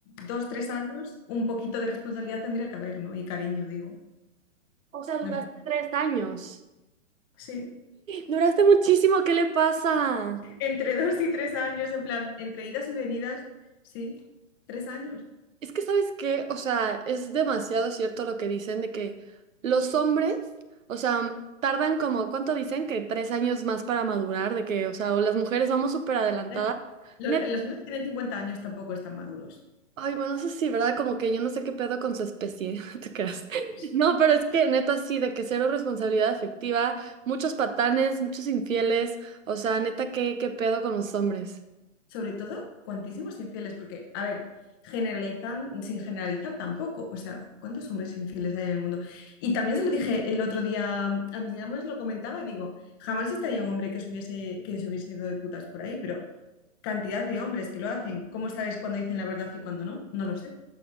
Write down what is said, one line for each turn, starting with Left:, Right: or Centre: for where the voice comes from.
Left: dos, tres años, un poquito de responsabilidad tendría que haber, ¿no? Y cariño, digo,
Right: O sea, duraste
Left: no sé.
Right: tres años.
Left: Sí.
Right: Duraste muchísimo, ¿qué le pasa?
Left: Entre dos y tres años, en plan, entre idas y venidas, sí, tres años.
Right: Es que, ¿sabes qué? O sea, es demasiado cierto lo que dicen de que los hombres, o sea, tardan como, ¿cuánto dicen? Que tres años más para madurar, de que, o sea, o las mujeres vamos súper adelantadas.
Left: Eh, Lo-
Right: Neta,
Left: Los hombres que tienen 50 años tampoco están maduros.
Right: ay, bueno, eso sí, ¿verdad? Como que yo no sé qué pedo con su especie, <laughs> no te creas.
Left: O sea,
Right: No, pero es que neta sí, de que cero responsabilidad afectiva, muchos patanes, muchos infieles, o sea, neta, ¿qué, qué pedo con los hombres?
Left: Sobre todo, cuantísimos infieles, porque, a ver, generalizan, sin generalizar tampoco. O sea, ¿cuántos hombres infieles hay en el mundo? Y también se lo dije el otro día a mis amigas, lo comentaba y digo, jamás estaría un hombre que se hubiese, que se hubiese ido de putas por ahí, pero cantidad de hombres que lo hacen, ¿cómo sabes cuándo dicen la verdad y cuándo no? No lo sé.